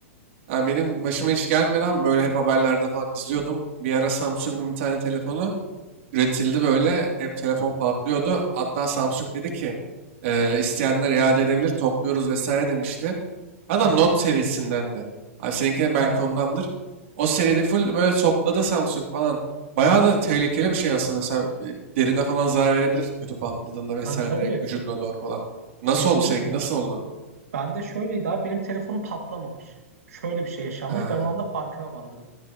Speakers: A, on the right (about 60°); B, on the right (about 80°).
A: abi benim başıma hiç gelmeden böyle hep haberlerde falan izliyordum. Bir ara Samsung'un bir tane telefonu üretildi böyle. Hep telefon patlıyordu. Hatta Samsung dedi ki "Ee, isteyenler iade edebilir topluyoruz vesaire demişti. Adam
B: Ha,
A: Note
B: ha.
A: serisindendi. Abi seninkine belki
B: Ha,
A: ondandır. O seride full böyle topladı Samsung falan. Bayağı da tehlikeli bir şey aslında. Mesela e, derine falan zarar verebilir kötü patladığında vesaire
B: tabii tabii
A: direkt vücuduna doğru falan. Nasıl
B: kesinlikle.
A: oldu seninki? Nasıl oldu?
B: Ben de şöyleydi abi benim telefonum patlamamış. Şöyle bir şey yaşanmış
A: Ha,
B: ben o anda farkına varmadım.